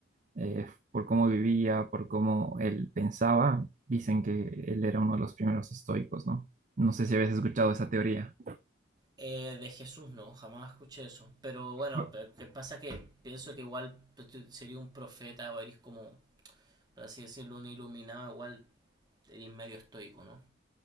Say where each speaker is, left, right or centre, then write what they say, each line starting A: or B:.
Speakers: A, on the right; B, on the right.
A: eh, por cómo vivía, por cómo él pensaba, dicen que él era uno de los primeros estoicos, ¿no? No sé si habías escuchado esa teoría.
B: Eh, de Jesús no, jamás escuché eso. Pero bueno,
A: Bu-
B: pe- que pasa que pienso que igual pues, tú sería un profeta o eres como, por así decirlo, un iluminado, igual eres medio estoico, ¿no?